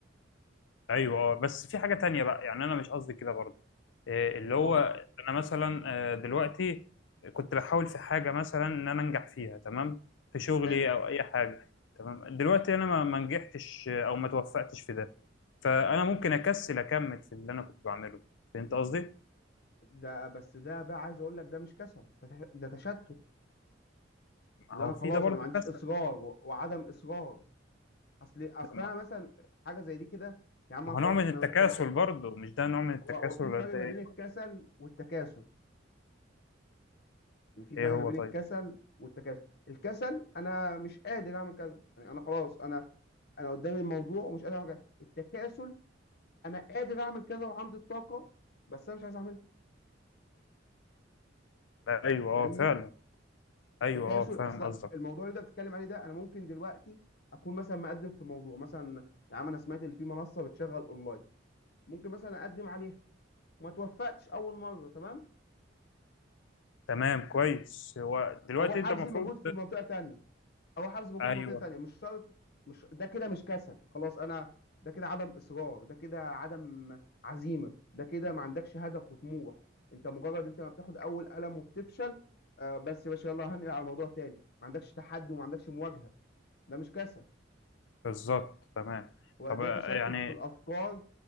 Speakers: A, on the left (about 70°); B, on the left (about 55°).
A: ايوه اه بس في حاجه تانية بقى يعني انا مش قصدي كده برضه إيه اللي
B: مال
A: هو انا مثلا آه، دلوقتي كنت بحاول في حاجه مثلا ان انا انجح فيها تمام في شغلي
B: حلو
A: او اي حاجه تمام دلوقتي انا ما ما نجحتش آه، او ما توفقتش في ده فانا ممكن اكسل اكمل في اللي انا كنت بعمله فهمت قصدي
B: ده بس ده بقى عايز أقول لك ده مش كسل ده تش- ده تشتت
A: ما
B: اللي
A: هو
B: انا خلاص
A: في ده برضه
B: انا ما عنديش
A: كسل
B: اصرار و- وعدم اصرار اصل اصل
A: ما
B: انا مثلا حاجه زي دي كده يا عم
A: ما
B: انا
A: هو
B: خلاص
A: نوع من
B: انا
A: التكاسل
B: متفوق
A: برضه مش ده نوع من التكاسل
B: هو هو في
A: ولا
B: فرق
A: ده
B: ما
A: ايه
B: بين الكسل والتكاسل يعني في فرق
A: إيه
B: ما
A: هو
B: بين
A: طيب
B: الكسل والتكاسل الكسل انا مش قادر اعمل كذا يعني انا خلاص انا انا قدامي الموضوع ومش قادر اعمل كذا التكاسل انا قادر اعمل كذا وعندي الطاقه بس انا مش عايز اعملها
A: ايوه اه
B: فاهمني
A: فعلا
B: التكاسل
A: ايوه اه فاهم
B: اصل
A: قصدك
B: الموضوع اللي انت بتتكلم عليه ده انا ممكن دلوقتي اكون مثلا مقدم في موضوع مثلا يا عم انا سمعت ان في منصه بتشغل اونلاين ممكن مثلا اقدم عليها وما توفقتش اول مره تمام
A: تمام كويس هو دلوقتي
B: اروح
A: انت
B: ابذل
A: المفروض
B: مجهود في منطقه تانية اروح ابذل مجهود
A: ايوه
B: في منطقه تانية مش شرط مش ده كده مش كسل خلاص انا ده كده عدم اصرار ده كده عدم عزيمه ده كده ما عندكش هدف وطموح انت مجرد انت ما بتاخد اول قلم وبتفشل آه بس يا باشا يلا هنقل على موضوع تاني ما عندكش تحدي وما عندكش مواجهه ده مش كسل
A: بالظبط تمام
B: وده
A: طب آه،
B: تشتت
A: يعني
B: في الافكار